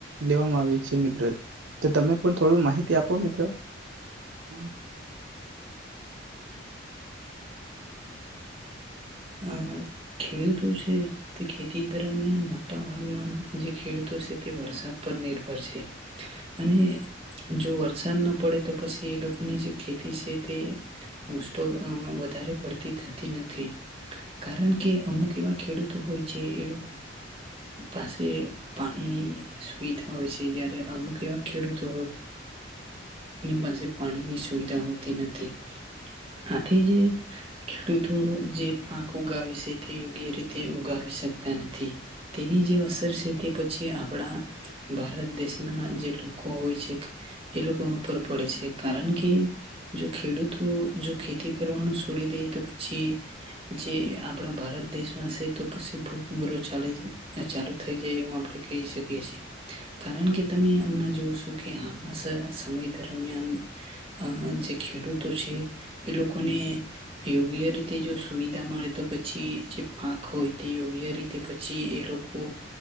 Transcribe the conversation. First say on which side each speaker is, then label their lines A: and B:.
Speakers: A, on the right; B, on the right.
A: લેવામાં આવે છે મિત્ર. તો તમે પણ થોડું માહિતી આપો મિત્ર હ <inaudible>
B: આ ખેડૂતો છે તે ખેતી દરમિયાન મોટા. <unintelligible> જે ખેડૂતો છે તે વરસાદ. પર નિર્ભર છે અને જો વરસાદ ના પડે તો પછી એ લોકોની જે ખેતી છે તે. મુસ્ત. વધારે પડતી થતી નથી કારણ કે અમુક એવા ખેડૂતો હોય છે એ પાસે પાણીની સુવિધા હોય છે જયારે અમુક ખેડૂતો પાસે પાણી ની સુવિધા હોતી નથી આથી જે ખેડૂતો જે પાક ઉગાવે છે તે યોગ્ય રીતે ઉગાવી ટકતા નથી તેની જે અસર છે તે પછી આપણા ભારત દેશના જે લોકો હોય છે એ લોકો પર પડે છે કારણ કે જો ખેડૂતો જો ખેતી કરવાનું છોડી દે તો પછી જે આપણા ભારત દેશવાસી તો પછી ભૂકમરો ચાલે છે આ ચાલુ થઈ જાય એવું આપણે કહી શક કે છે કારણ કે તમે અમણાં જો છો કે હાલમાં સમય દરમિયાન અ જે ખેડૂતો છે એ લોકોને એવુ યોગ્ય રીતે જો સુવિધા મળે, તો પછી જે પાક હોય તે યોગ્ય રીતે પછી, એ લોકો